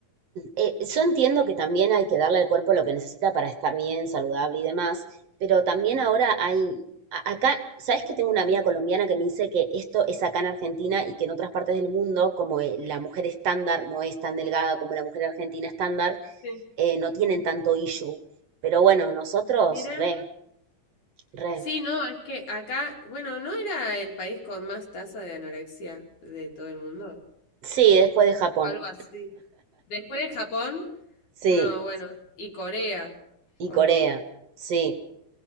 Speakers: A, on the right (about 55°); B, on the left (about 65°).
A: Eh, yo entiendo que también hay que darle al cuerpo lo que necesita para estar bien, saludable y demás, pero también ahora hay, a- acá, ¿sabes que tengo una amiga colombiana que me dice que esto es acá en Argentina y que en otras partes del mundo, como eh, la mujer estándar no es tan delgada como la mujer argentina estándar,
B: Sí,
A: eh, no tienen tanto issue? Pero bueno, nosotros,
B: mira.
A: re, re.
B: Sí, no, es que acá, bueno, ¿no era el país con más tasa de anorexia de todo el mundo?
A: Sí, después de Japón,
B: O algo así. Después de Japón,
A: sí,
B: no, bueno, y Corea,
A: y
B: ¿o
A: Corea,
B: no?
A: sí.